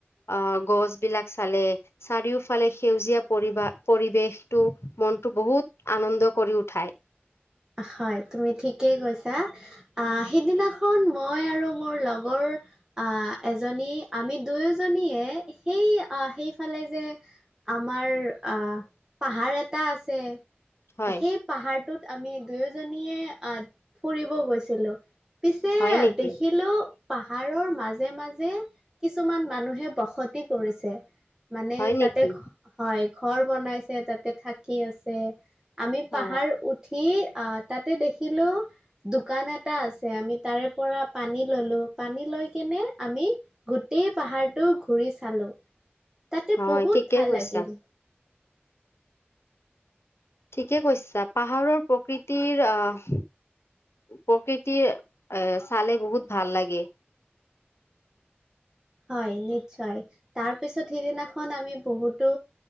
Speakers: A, on the left; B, on the right.
A: অ, গছ বিলাক চালে চাৰিও ফালে সেউজীয়া পৰিবা পৰিবেশটো মনটো বহুত আনন্দ কৰি উঠায়
B: হয় তুমি ঠিকেই কৈছা আহ, সিদিনাখন মই আৰু মোৰ লগৰ আহ এজনী আমি দুয়োজনীয়ে সেই আহ সেইফালে যে। আমাৰ আহ পাহাৰ এটা আছে
A: হয়
B: সেই পাহাৰটোত আমি দুয়োজনীয়ে আহ ফুৰিব গৈছিলো পিছে
A: হয় নেকি
B: দেখিলো। পাহাৰৰ মাজে মাজে কিছুমান মানুহে বসতি কৰিছে মানে
A: হয়
B: তাতে
A: নেকি
B: হয় ঘৰ বনাইছে তাতে থাকি আছে। আমি
A: অ
B: পাহাৰ উঠি অ' তাতে দেখিলো দোকান এটা আছে আমি তাৰে পৰা পানী ললো পানী লৈ কেনে আমি গোটেই পাহাৰটো ঘূৰি চালো তাতে
A: হয়
B: বহুত
A: ঠিকেই
B: ভাল
A: কৈছা
B: লাগিল
A: ঠিকে কৈছা পাহাৰৰ প্ৰকৃতিৰ আহ প্ৰকৃতিৰ চালে বহুত ভাল লাগে
B: হয় নিশ্চয় তাৰপিছত সিদিনাখন আমি বহুতো